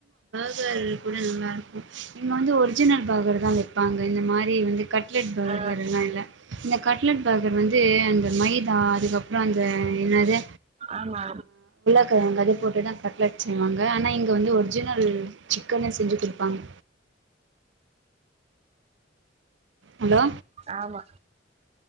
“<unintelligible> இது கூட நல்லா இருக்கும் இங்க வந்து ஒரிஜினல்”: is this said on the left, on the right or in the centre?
Right